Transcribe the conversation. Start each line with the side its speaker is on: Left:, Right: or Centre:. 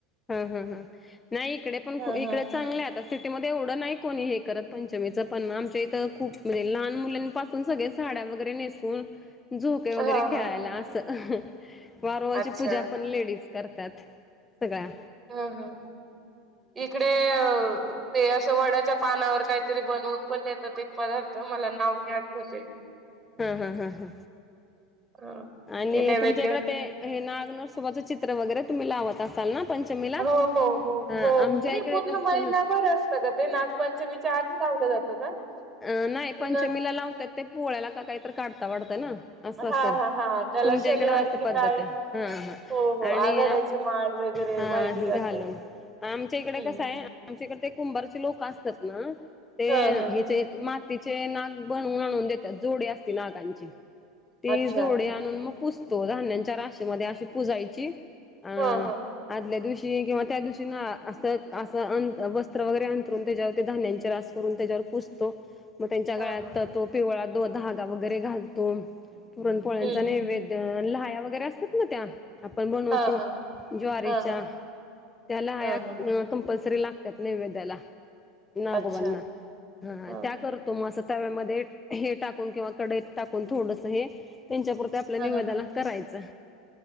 Left: हा हा ह नाही इकडे पण
Right: हा
Left: इकडे
Right: हा.
Left: चांगलय आता सिटीमध्ये एवढं नाही कोणी हे करत पंचमीचं पण आमच्या इथं खूप म्हणजे लहान मुलांपासून सगळे साड्या वगैरे नेसून झोके वगैरे
Right: हा
Left: खेळायला
Right: हा
Left: असं वारूळाची
Right: अच्छा
Left: पूजा पण लेडीज करतात सगळ्या
Right: हम् हम् इकडे अ ते असं वड्याच्या पानावर काहीतरी बनवून पण देतात एक पदार्थ मला नाव नाही आठवत आहे
Left: हा हा हा
Right: हा
Left: आणि
Right: ते नैवेद्य
Left: तुमच्या इकड
Right: म्हणून
Left: ते हे नाग नरसोबाचं चित्र वगैरे तुम्ही लावत असाल ना पंचमीला
Right: हो हो हो
Left: हा
Right: हो
Left: आमच्या
Right: म्हणजे
Left: इकडे
Right: पूर्ण
Left: तसं
Right: महिनाभर
Left: नसते
Right: असत का ते नागपंचमीच्या आधी लावल जात का
Left: अ नाही
Right: की
Left: पंचमीला
Right: नं
Left: लावतात ते पोळ्याला का काहीतरी काढता वाढता ना असं
Right: हां,
Left: असेल
Right: हां, हां. त्याला
Left: तुमच्या
Right: शनिवारी
Left: इकड अस
Right: की
Left: पद्धत
Right: काय?
Left: आहे हा हा
Right: हो, हो.
Left: आणि
Right: आघाड्याची माळ वगैरे
Left: हा
Right: वाहिली
Left: हे
Right: जाते.
Left: घालून आमच्या इकडे
Right: हं.
Left: कसं आहे आमच्या इकडे ते कुंभारचे लोक असतात त्यात ना ते
Right: हां, हां.
Left: हेचे तिचे नाग बनवून आणून देतात जोडी असती नागांची ती
Right: अच्छा.
Left: जोडी आणून मग पुजतो धान्याच्या राशी मधे अशी पुजायची अ
Right: हां, हां.
Left: आदल्या दिवशी किंवा त्या दिवशी ना असं असं अ वस्त्र वगैरे अंथरूण त्याच्यावर ते धान्यांचे रास करून त्याच्यावर पुस तो मग त्यांच्या
Right: हां,
Left: गळ्यात
Right: हां.
Left: तो पिवळा दो धागा वगैरे घालतो पुरणपोळ्यांचा
Right: हं,
Left: नैवेद्य
Right: हं.
Left: आणि लह्या वगैरे असतात ना त्या आपण बनवतो
Right: हां, हां.
Left: ज्वारीच्या
Right: हां, हां.
Left: त्या लाह्या
Right: हां, हां.
Left: कंपल्सरी तरी लागतात नैवेद्याला नागोबानां
Right: अच्छा. हां.
Left: त्या करतो मग अस तव्यामध्ये हे टाकून किंवा कडईत टाकून थोडस हे त्यांच्यापुंरत आपल्या
Right: हां,
Left: निवदाला
Right: हां.
Left: करायचं